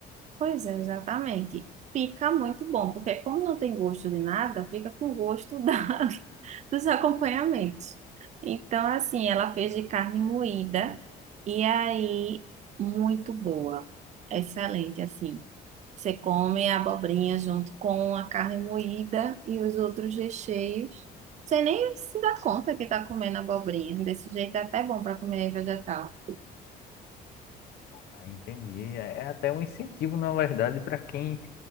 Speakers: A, on the right (about 45°); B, on the left (about 70°).
A: Pois é, exatamente. Fica muito bom, porque como não tem gosto de nada, fica com gosto da, <laughs> dos acompanhamentos. Então, assim, ela fez de carne moída e aí muito boa. Excelente, assim. Você come a abobrinha junto com a carne moída e os outros recheios. Você nem se dá conta que está comendo abobrinha. Desse jeito é até bom para comer vegetal.
B: Ah, entendi. É, é até um incentivo, na verdade, para quem